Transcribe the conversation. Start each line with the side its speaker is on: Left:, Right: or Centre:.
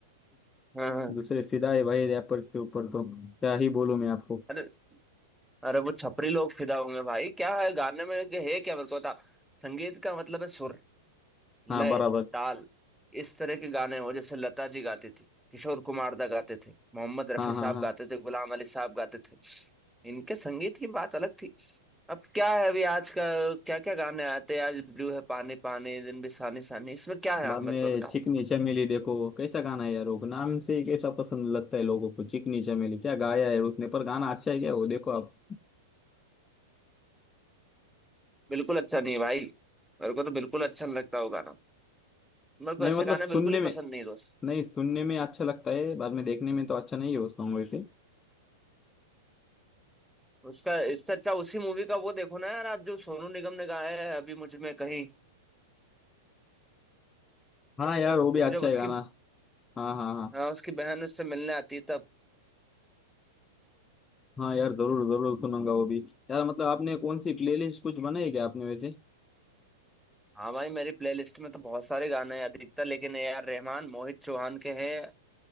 Centre: हाँ हाँ
Left: दूसरे फिदाई भाई रैपर्स के ऊपर तो क्या ही बोलूं मैं आपको
Centre: अरे अरे वो छपरी लोग फिदा होंगे भाई क्या है गाने में के है क्या मेरे को बता संगीत का मतलब है सुर लय
Left: हाँ बराबर
Centre: ताल इस तरह के गाने हो जैसे लता जी गाती थी किशोर कुमार दा गाते थे मोहम्मद रफी
Left: हाँ
Centre: साहब
Left: हाँ हाँ
Centre: गाते थे गुलाम अली साहब गाते थे इनके संगीत की बात अलग थी अब क्या है अभी आज का क्या क्या गाने आते हैं आज ब्लू है पानी पानी दिन भी सानी सानी इसमें क्या है आप
Left: बाद
Centre: मेरे
Left: में
Centre: को बताओ
Left: चिकनी चमेली देखो कैसा गाना है यार वो नाम से ही कैसा पसंद लगता है लोगों को चिकनी चमेली क्या गाया है उसने पर गाना अच्छा है क्या वो देखो आप
Centre: बिल्कुल अच्छा नहीं है भाई मेरे को तो बिल्कुल अच्छा नहीं लगता वो गाना मेरे को
Left: नहीं
Centre: ऐसे
Left: मतलब
Centre: गाने
Left: सुनने
Centre: बिल्कुल ही
Left: में
Centre: पसंद नहीं दोस्त
Left: नहीं सुनने में अच्छा लगता है बाद में देखने में तो अच्छा नहीं है वो सॉन्ग वैसे
Centre: उसका इससे अच्छा उसी मूवी का वो देखो ना यार आप जो सोनू निगम ने गाया है अभी मुझ में कहीं
Left: हाँ यार वो भी अच्छा
Centre: वो जब उसकी
Left: है गाना हाँ हाँ हाँ
Centre: हाँ उसकी बहन उससे मिलने आती है तब
Left: हाँ यार जरूर जरूर सुनूंगा वो भी यार मतलब आपने कौन सी प्लेलिस्ट कुछ बनाई क्या आपने वैसे
Centre: हाँ भाई मेरी प्लेलिस्ट में तो बहुत सारे गाने हैं अधिकतर लेकिन ए आर रहमान मोहित चौहान के हैं